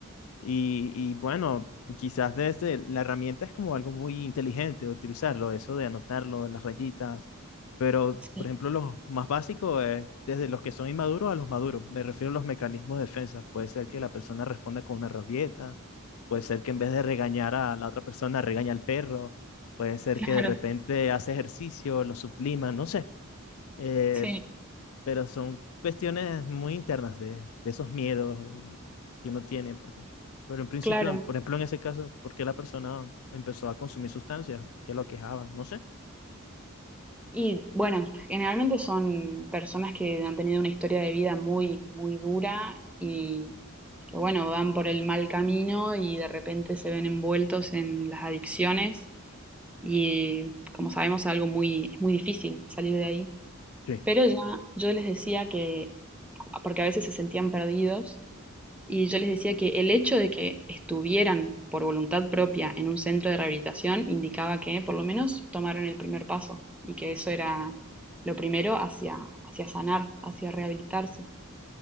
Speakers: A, on the left; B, in the centre.
A: y, y bueno, quizás desde la herramienta es como algo muy inteligente utilizarlo, eso de anotarlo las rayitas, pero
B: Sí,
A: por ejemplo, los más básicos es desde los que son inmaduros a los maduros, me refiero a los mecanismos de defensa, puede ser que la persona responda con una rabieta, puede ser que en vez de regañar a la otra persona regaña al perro, puede ser
B: claro,
A: que de repente hace ejercicio, lo sublima, no sé, eh,
B: sí,
A: pero son cuestiones muy internas de, de esos miedos mm, que uno tiene, porque, pero en principio,
B: claro.
A: por ejemplo, en ese caso, ¿por qué la persona empezó a consumir sustancias que lo aquejaban? No sé.
B: Y bueno, generalmente son personas que han tenido una historia de vida muy, muy dura y que bueno, van por el mal camino y de repente se ven envueltos en las adicciones y como sabemos es algo muy, es muy difícil salir de ahí.
A: Sí.
B: Pero ya yo les decía que, porque a veces se sentían perdidos, y yo les decía que el hecho de que estuvieran por voluntad propia en un centro de rehabilitación indicaba que por lo menos tomaron el primer paso y que eso era lo primero hacia, hacia sanar, hacia rehabilitarse,